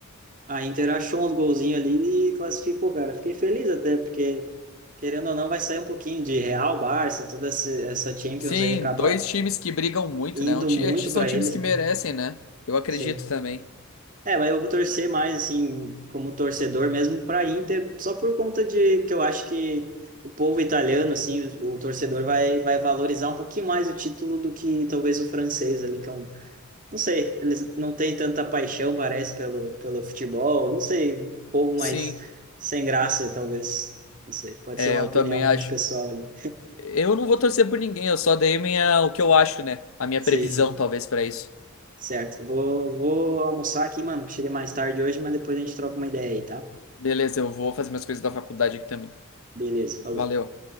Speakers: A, on the right (about 40°); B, on the left (about 70°).
A: A Inter achou uns golzinhos ali e classificou, cara. Fiquei feliz até, porque, querendo ou não, vai sair um pouquinho de Real, Barça, toda esse- essa Champions
B: Sim,
A: aí acaba
B: dois times que brigam muito,
A: indo
B: né? Um ti-
A: muito
B: são
A: para
B: times
A: eles,
B: que
A: né?
B: merecem, né? Eu acredito
A: Sim.
B: também.
A: É, mas eu vou torcer mais, assim, como torcedor mesmo para Inter, só por conta de que eu acho que o povo italiano, assim, o, o torcedor vai, vai valorizar um pouquinho mais o título do que talvez o francês ali, que é um não sei, eles não têm tanta paixão, parece, pelo, pelo futebol. Não sei, um pouco mais
B: Sim,
A: sem graça, talvez. Não sei, pode
B: é,
A: ser uma
B: eu
A: opinião
B: também acho.
A: muito pessoal ali.
B: Eu não vou torcer por ninguém, eu só dei minha, o que eu acho, né? A minha
A: Sim,
B: previsão,
A: sim,
B: talvez, pra isso.
A: certo. Vou, vou almoçar aqui, mano, que cheguei mais tarde hoje, mas depois a gente troca uma ideia aí, tá?
B: Beleza, eu vou fazer minhas coisas da faculdade aqui também.
A: Beleza, falou.
B: Valeu.